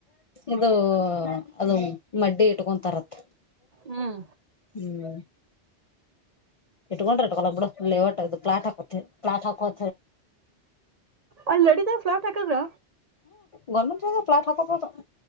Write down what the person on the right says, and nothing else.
ಹ್ಮ್
ಅಲ್ಲಿ ನಡಿತ ಫ್ಲಾಟ್ ಹಾಕದ್ರ